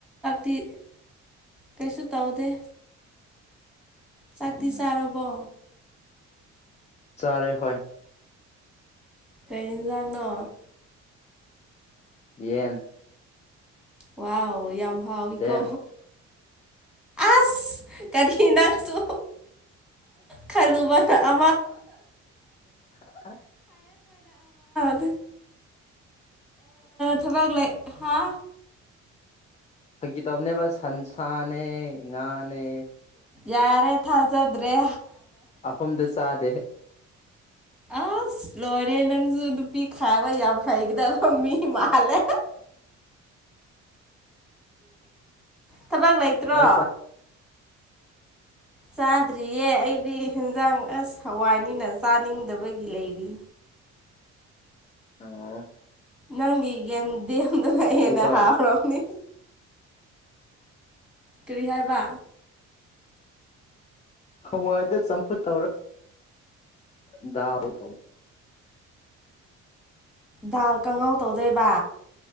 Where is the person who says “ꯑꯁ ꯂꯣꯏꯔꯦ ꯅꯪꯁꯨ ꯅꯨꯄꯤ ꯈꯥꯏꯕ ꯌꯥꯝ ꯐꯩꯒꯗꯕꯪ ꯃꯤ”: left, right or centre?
Centre